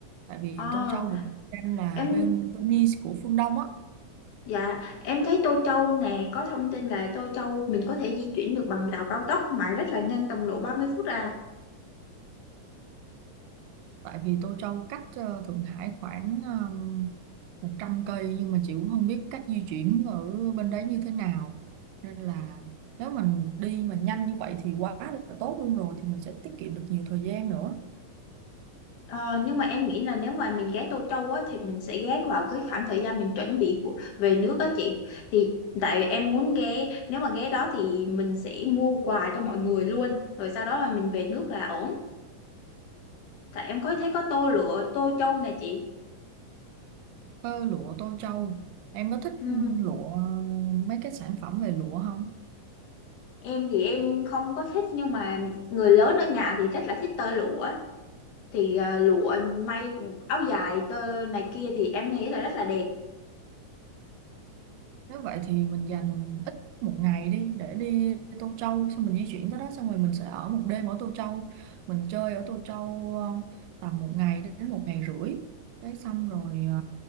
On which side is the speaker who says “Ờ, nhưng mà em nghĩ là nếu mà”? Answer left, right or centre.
Left